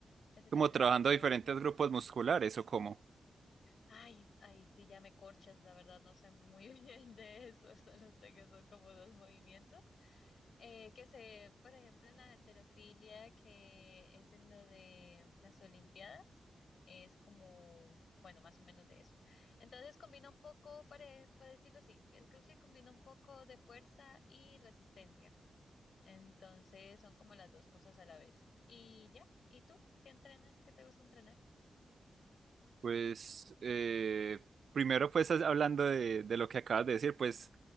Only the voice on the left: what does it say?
Ese
también
es otro
Ay, ay, sí, ya me corchas, la verdad no sé muy <laughs> bien de eso, solo sé que son como dos movimientos. Eh, que se, por ejemplo, en la halterofilia, que es en lo de las Olimpiadas, es como, bueno, más o menos de eso. Entonces combina un poco, para, para decirlo así, el CrossFit combina un poco de fuerza y resistencia. Entonces son como las dos cosas a la vez. Y ya, ¿y tú qué entrenas? ¿Qué te gusta entrenar?